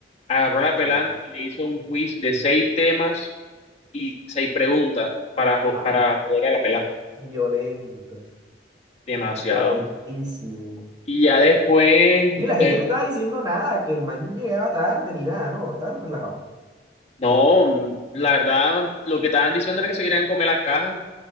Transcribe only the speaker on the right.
ah,
ah,
violento,
violentísimo.
Y la gente
no estaba diciendo nada, que el man llegaba tarde ni nada, no, estaban relajados,